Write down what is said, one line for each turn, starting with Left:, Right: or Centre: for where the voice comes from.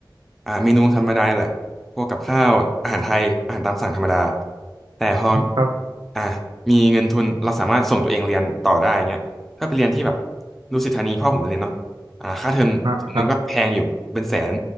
Centre: อ่าเมนูธรรมดานี่แหละพวกกับข้าวอาหารไทยอาหารตามสั่งธรรมดาแต่พอ
Right: ครับ
Centre: อ่ามีเงินทุนเราสามารถส่งตัวเองเรียนต่อได้เงี้ยถ้าไปเรียนที่แบบดุสิตธานีพ่อผมเรียนเนาะอ่าค่าเทอมเทอมนึงก็แพงอยู่เป็นแสน
Right: อ่าครับ